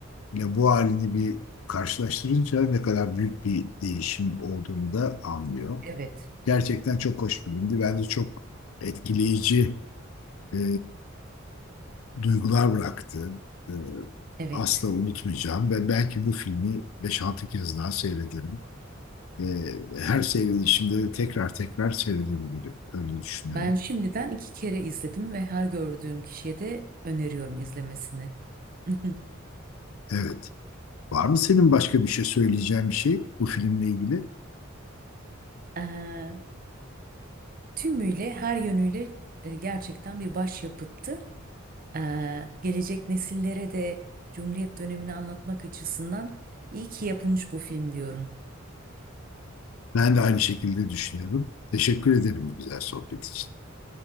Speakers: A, on the left (about 85°); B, on the right (about 45°).
A: ile bu halini bir karşılaştırınca ne kadar büyük bir değişim olduğunu da anlıyor.
B: Evet,
A: Gerçekten çok hoş filmdi. Bence çok etkileyici e, duygular bıraktı. Ee,
B: evet.
A: asla unutmayacağım ve belki bu filmi beş altı kez daha seyrederim. Ee, her seyredişimde de tekrar tekrar seyredebilirim. Öyle düşünüyorum.
B: Ben şimdiden iki kere izledim ve her gördüğüm kişiye de öneriyorum izlemesini. <laughs>
A: Evet. Var mı senin başka bir şey söyleyeceğin bir şey bu filmle ilgili?
B: Eee, tümüyle her yönüyle e, gerçekten bir başyapıttı. Ee, gelecek nesillere de Cumhuriyet dönemini anlatmak açısından iyi ki yapılmış bu film diyorum.
A: Ben de aynı şekilde düşünüyorum. Teşekkür ederim bu güzel sohbet için.